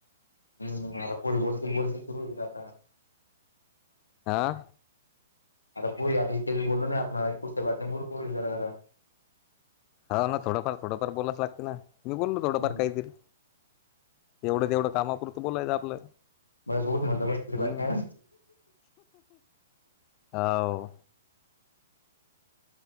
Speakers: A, on the left; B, on the left.
A: हम्म पोट बोलतंय बोलतंय सुरु होईल आता
B: आं
A: आता पोरी आता इतक्या दिवस बोललो नाही आपण पुस्तक वाचल्यामुळं बोलू पोरींच्या जरा
B: हाव ना थोडंफार थोडंफार बोलाच लागते ना मी बोललो थोडंफार
A: हम्म
B: काहीतरी एवढं तेवढं कामापुरतं बोलायचं आपलं
A: बस उठ म्हणलं बस
B: हम्म.
A: काय
B: हाव!